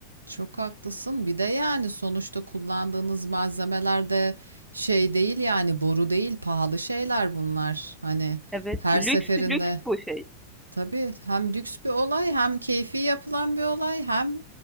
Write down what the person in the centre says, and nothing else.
Evet,
lüks
lüks bu şey.